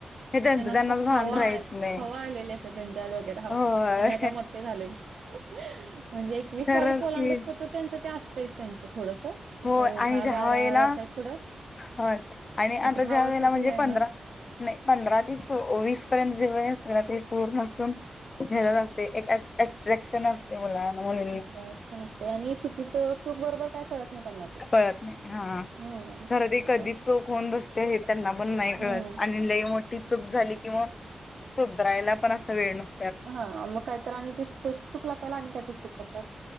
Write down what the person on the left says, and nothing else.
हे त्यांचं
त्यांनाच भान
राहत नाही
होय
खरंच
की
हो
आणि जे
हवा यायला,
होय आणि अभ्यासाच्या
वेळेला म्हणजे
पंधरा
नही पंधरा ते सं वीस पर्यंत, जे वय असत ना, ते पूर्ण असुन खेळ घालते, एक ऍट-अट्रॅक्शन अस ते <unintelligible> मुल
कळत नाही, हं
खरं ती
कधी,
चूक होऊन बसते हे त्यांना पण नाही
कळत, आणि लई मोठी चूक झाली कि मग, सुधारायला पण, असा वेळ नस